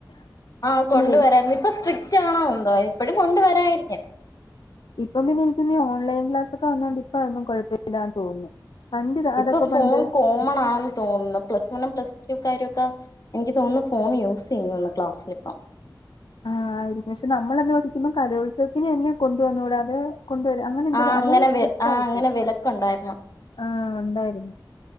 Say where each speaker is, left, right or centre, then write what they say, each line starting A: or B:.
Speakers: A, on the left; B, on the left.
A: ആ കൊണ്ടുവരാരുന്നു
B: അല്ലേ
A: ഇപ്പൊ സ്ട്രിക്റ്റ് ആണോ ന്തോ ഇപ്പോഴും കൊണ്ടുവരായിരിക്കാം
B: ഇപ്പൊ പിന്നെ എനിക്ക് നീ ഓൺലൈൻ ക്ലാസ്സൊക്കെ വന്നോണ്ട് ഇപ്പൊ അതന്നും കുഴപ്പമില്ലാന്ന് തോന്നുന്നു പണ്ട് അതൊക്കെ
A: ഇപ്പൊ ഫോൺ
B: പണ്ട്
A: കോമണാന്ന് തോന്നുന്നു പ്ലസ് വൺ പ്ലസ് ഒക്കെ എനിക്ക് തോന്നുന്നു ഫോൺ യൂസ് ചെയ്യുന്ന് ക്ലാസ്സിലിപ്പം
B: ആ ആയിരുന്നു പക്ഷെ നമ്മളന്ന് പഠിക്കുമ്പോ കലോത്സവത്തിന് തന്നെ കൊണ്ട വന്നുകൂടാ കൊണ്ടുവരും അങ്ങനെ എന്ത
A: ആഹ്
B: അതും
A: അങ്ങനെ
B: സ്ട്രിക്റ്റ്
A: വെ ആഹ്
B: ആയിട്ട്
A: അങ്ങനെ വിലക്കുണ്ടായിരുന്നു
B: ആ ഉണ്ടായിരുന്നു